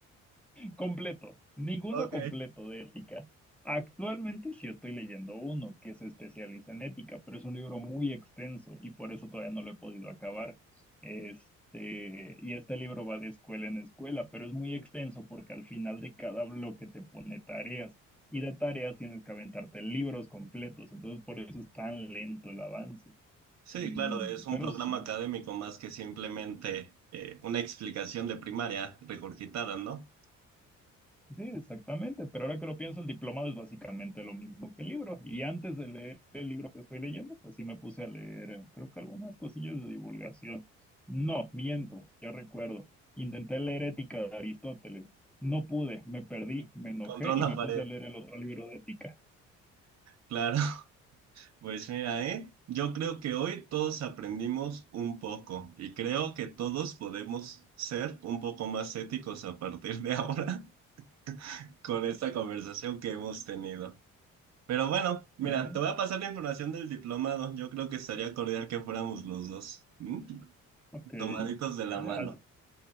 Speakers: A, in the centre; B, on the right (about 40°).
A: Completo, ninguno
B: Ok.
A: completo de ética. Actualmente sí estoy leyendo uno que se especializa en ética, pero es un libro muy extenso y por eso todavía no lo he podido acabar. Este, y este libro va de escuela en escuela, pero es muy extenso porque al final de cada bloque te pone tareas y de tareas tienes que aventarte libros completos, entonces por eso es tan lento el avance.
B: Sí,
A: Mm,
B: claro, es un
A: pero
B: programa
A: sí,
B: académico más que simplemente eh, una explicación de primaria regurgitada, ¿no?
A: Sí, exactamente, pero ahora que lo pienso, el diplomado es básicamente lo mismo que el libro. Y antes de leer el libro que estoy leyendo, pues sí me puse a leer, eh, creo que algunas cosillas de divulgación. No, miento, ya recuerdo. Intenté leer Ética de Aristóteles. No pude, me perdí, me enojé
B: Contra una
A: y me
B: pared,
A: puse a leer el otro libro de Ética.
B: claro. Pues mira, ¿eh? Yo creo que hoy todos aprendimos un poco y creo que todos podemos ser un poco más éticos a partir de ahora <laughs> con esta conversación que hemos tenido. Pero bueno, mira,
A: Eh,
B: te voy a pasar la información del diplomado. Yo creo que estaría cordial que fuéramos los dos, ¿m?
A: ok.
B: Tomaditos de la
A: Eh,
B: mano.
A: as-